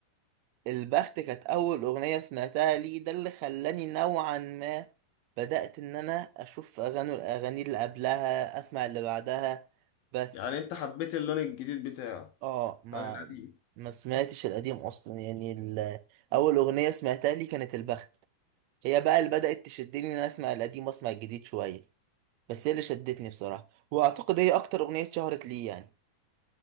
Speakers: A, on the right (about 80°); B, on the left (about 80°).
A: البخت كانت أول أغنية سمعتها ليه ده اللي خلاني نوعا ما بدأت إن أنا أشوف أغاني الأغاني اللي قبلها أسمع اللي بعدها بس
B: يعني انت حبيت اللون الجديد بتاعه
A: آه ما
B: عن القديم
A: ما سمعتش القديم أصلا يعني ال- أول أغنية سمعتها ليه كانت البخت هي بقى اللي بدأت تشدني إن أنا أسمع القديم وأسمع الجديد شوية بس هي اللي شدتني بصراحة وأعتقد هي أكتر أغنية شهرت ليه يعني